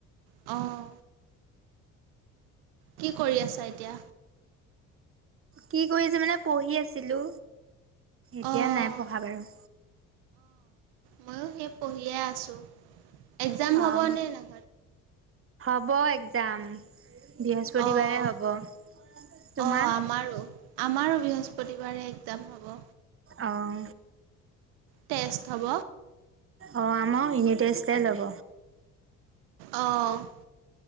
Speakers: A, on the right (about 70°); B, on the right (about 35°).
A: অঁ। কি কৰি আছা এতিয়া।
B: কি কৰিছে মানে পঢ়ি আছিলো। এতিয়া
A: অ'।
B: নাই পঢ়া বাৰু।
A: মইয়ো সেই পঢ়িয়ে আছোঁ। একজাম
B: অঁ
A: হ'বনে নাই
B: হ'ব একজাম বৃহস্পতিবাৰে
A: অঁ
B: হ'ব। তোমাৰ?
A: অঁ আমাৰো আমাৰো বৃহস্পতিবাৰে একজাম হ'ব।
B: অঁ।
A: টেষ্ট হ'ব।
B: অঁ আমাৰ ইউনিট টেষ্টে ল'ব।
A: অঁ।